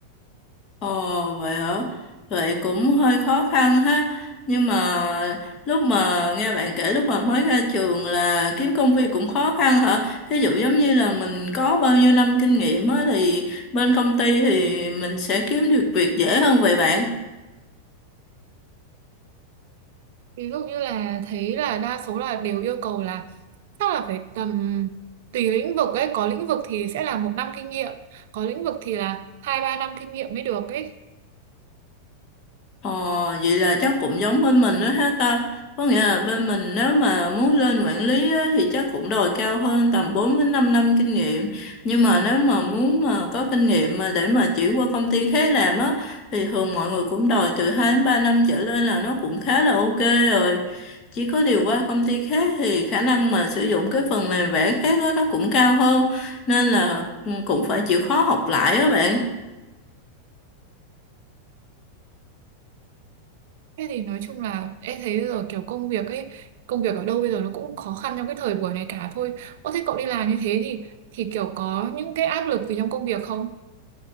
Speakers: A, on the left; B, on the right.
A: Ồ vậy hả? Vậy cũng hơi khó khăn ha. Nhưng mà lúc mà nghe bạn kể lúc mà mới ra trường là kiếm công việc cũng khó khăn hả? Ví dụ giống như là mình có bao nhiêu năm kinh nghiệm á thì bên công ty thì mình sẽ kiếm được việc dễ hơn vậy bạn.
B: ví dụ như là thấy là đa số là đều yêu cầu là chắc là phải tầm tùy lĩnh vực ấy có lĩnh vực thì sẽ là một năm kinh nghiệm có lĩnh vực thì là hai ba năm kinh nghiệm mới được ấy
A: Ờ, vậy là chắc cũng giống bên mình đó ha ta. Có nghĩa là bên mình nếu mà muốn lên quản lý á, thì chắc cũng đòi cao hơn tầm 4 đến 5 năm kinh nghiệm. Nhưng mà nếu mà muốn mà có kinh nghiệm mà để mà chuyển qua công ty khác làm á thì thường mọi người cũng đòi từ 2 đến 3 năm trở lên là nó cũng khá là ok rồi. Chỉ có điều qua công ty khác thì khả năng mà sử dụng cái phần mềm vẽ khác á nó cũng cao hơn nên là ừ, cũng phải chịu khó học lại đó bạn
B: Thế thì nói chung là em thấy giờ kiểu công việc ấy, công việc ở đâu bây giờ nó cũng khó khăn trong cái thời buổi này cả thôi. Ô thế cậu đi làm như thế thì thì kiểu có những cái áp lực gì trong công việc không?